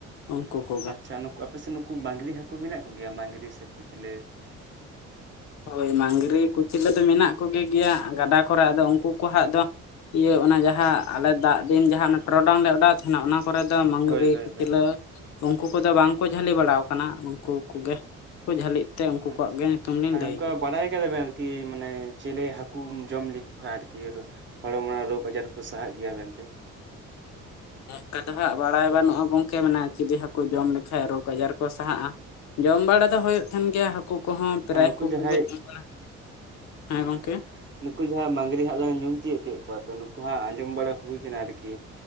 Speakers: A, on the left; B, on the right.
A: ᱩᱱᱠᱩ ᱠᱚ᱾
B: ᱟᱪᱪᱷᱟ ᱱᱩᱠᱩ ᱟᱯᱮ ᱥᱮᱜ ᱱᱩᱠᱩ ᱢᱟᱹᱝᱽᱨᱤ ᱦᱟᱹᱠᱩ ᱢᱮᱱᱟᱜ ᱠᱚᱜᱮᱭᱟ ᱢᱝᱽᱨᱤ ᱥᱮ ᱠᱷᱩᱪᱞᱟ?
A: ᱦᱳᱭ ᱢᱟᱝᱽᱨᱤ ᱠᱩᱪᱤᱞᱟᱹ ᱫᱚ ᱢᱮᱱᱟᱜ ᱠᱚᱜᱮ ᱜᱮᱭᱟ ᱜᱟᱰᱟ ᱠᱚᱨᱮ ᱟᱫᱚ ᱩᱱᱠᱩ ᱠᱚ ᱦᱟᱜ ᱫᱚ ᱤᱭᱟᱹ ᱚᱱᱟ ᱡᱟᱦᱟᱸ ᱟᱞᱮ ᱫᱟᱜ ᱫᱤᱱ ᱡᱟᱦᱟᱸ ᱚᱱᱟ ᱴᱚᱨᱚᱰᱟᱝ ᱞᱮ ᱚᱰᱟᱣ ᱛᱟᱦᱮᱱᱟ ᱚᱱᱟ ᱠᱚᱨᱮ ᱫᱚ ᱢᱟᱝᱽᱨᱤ
B: ᱦᱳᱭ ᱦᱳᱭ
A: ᱠᱩᱪᱞᱟᱹ
B: ᱦᱳᱭ
A: ᱩᱱᱠᱩ ᱠᱚᱫᱚ ᱵᱟᱝᱠᱚ ᱡᱷᱟᱹᱞᱤ ᱵᱟᱲᱟ ᱠᱟᱱᱟ ᱱᱠᱝᱠᱩ ᱠᱚᱜᱮ ᱩᱱᱠᱩ ᱡᱷᱟᱹᱞᱤᱜ ᱛᱮ ᱩᱝᱠᱩ
B: ᱟᱪᱪᱷᱟ
A: ᱠᱚᱣᱟᱜ ᱜᱮ ᱧᱩᱛᱩᱢ ᱞᱤᱧ
B: ᱟᱨ
A: ᱞᱟᱹᱭ
B: ᱱᱚᱝᱠᱟ
A: ᱠᱮᱫᱟ
B: ᱵᱟᱲᱟᱭ ᱠᱟᱫᱟ ᱵᱮᱱ ᱟᱨᱠᱤ ᱢᱟᱱᱮ ᱪᱤᱞᱮ ᱦᱟᱹᱠᱩᱢ ᱡᱚᱢ ᱞᱮᱠᱚ ᱠᱷᱟᱱ ᱟᱨᱠᱤ ᱦᱚᱲᱢᱚ ᱨᱮᱱᱟᱜ ᱨᱳᱜᱽ ᱟᱡᱟᱨ ᱠᱚ ᱥᱟᱦᱟᱜ ᱜᱮᱭᱟ ᱢᱮᱱᱛᱮ᱾
A: ᱚ ᱝᱠᱟ ᱫᱚ ᱦᱟᱸᱜ ᱵᱟᱲᱟᱭ ᱵᱟᱹᱱᱩᱜᱼᱟ᱾ ᱜᱚᱝᱠᱮ ᱢᱮ ᱡᱩᱫᱤ ᱦᱟᱹᱠᱩ ᱡᱚᱢ ᱞᱮᱠᱷᱟᱡ ᱨᱳᱜᱽ ᱟᱡᱟᱨ ᱠᱚ ᱥᱟᱦᱟᱜᱼᱟ᱾ ᱡᱚᱢ ᱵᱟᱲᱟ ᱫᱚ ᱦᱩᱭᱩᱜ ᱛᱟᱦᱮᱱ, ᱜᱮᱭᱟ ᱦᱟᱹᱠᱩ ᱠᱚᱦᱚᱸ ᱯᱨᱟᱭ
B: ᱟᱨ ᱱᱩᱠᱩ
A: ᱦᱟᱹᱠᱩ
B: ᱡᱟᱦᱟᱸᱭ
A: ᱠᱚᱜᱮ ᱡᱚᱢ ᱵᱟᱲᱟ <unintelligible> ᱦᱮᱸ
B: ᱚ
A: ᱜᱚᱝᱠᱮ
B: ᱟᱪᱪᱷᱟ ᱱᱩᱠᱩ ᱡᱟᱦᱟᱸ ᱢᱟᱝᱽᱨᱤ ᱦᱟᱸᱜ ᱞᱟᱝ ᱧᱩᱢ ᱛᱤᱭᱳᱜ ᱠᱮᱫ ᱠᱚᱣᱟ, ᱛᱚ ᱱᱩᱠᱩ ᱦᱟᱸ ᱟᱸᱡᱚᱢ ᱵᱟᱲᱟ ᱦᱩᱭ ᱠᱟᱱᱟ ᱟᱨᱠᱤ